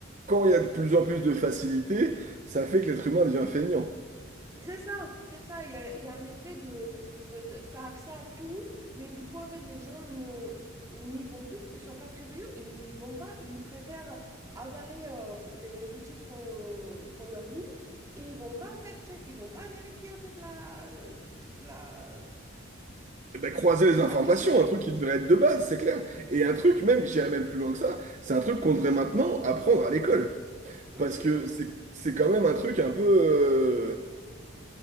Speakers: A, on the right; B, on the right.
A: quand il y a de plus en plus de facilité, ça fait que l'être humain devient feignant.
B: c'est ça, c'est ça. Il y a, il y a un effet de, de t- t'as accès à tout, mais du coup, en fait, les gens n'ont- n'y vont plus. Ils sont pas curieux, ils vont pas, ils préfèrent avaler euh, les, les bêtises qu'on qu'on leur dit et ils vont pas fact-check, ils vont pas vérifier en fait la, la...
A: Eh ben, croiser les informations,
B: Actualité.
A: un truc qui devrait être de base, c'est clair. Et un truc, même, j'irais même plus loin que ça, c'est un truc qu'on devrait maintenant apprendre à l'école.
B: Mhm.
A: Parce que c'est c'est quand même un truc un peu... euh,